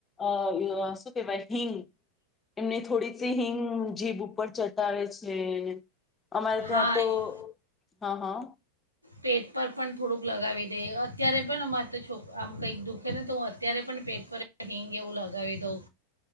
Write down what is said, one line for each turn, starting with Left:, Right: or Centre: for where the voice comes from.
Left: અ શું કેહેવાય હિંગ એમની થોડી સી હિંગ જીભ ઉપર ચટાવે છે. અમારે
Right: હા
Left: ત્યાં તો
Right: એ-
Left: હા હા.
Right: પેટ પર પણ થોડુંક લગાવી દઈ અત્યારે પણ અમારે તો છોક આમ કંઈક દુઃખે ને તો હું અત્યારે પણ પેટ પર હિંગ એવું લગાવી દઉં.